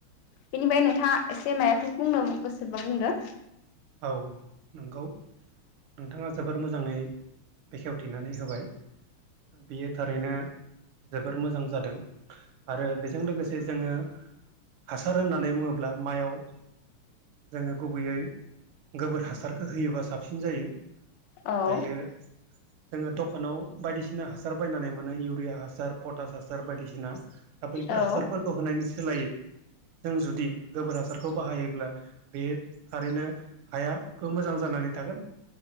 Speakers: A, on the left; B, on the right.
A: बेनिफ्राय नोंथाङा एसे माबाफोर बुंनो गोसोबा बुंदो।
B: औ नंगौ नोंथाङा जोबोर मोजाङै बेखेवथिनानै होबाय बियो थारैनो जोबोर मोजां जादों आरो बेजों लोगोसे जोङो हासार होननानै बुङोब्ला माइयाव जोङो गुबैयै गोबोर हासारखौ होयोबा साबसिन जायो।
A: औ
B: दायो जोङो दखानाव बायदिसिना हासार बायनानै मोनो इउरिया हासार पटास हासार बायदिसिना। दा बैफोर
A: औ
B: हासारफोरखौ होनायनि सि सोलायो। जों जुदि गोबोर हासारखौ बाहायोब्ला बे थारैनो हायाबो मोजां जानानै थागोन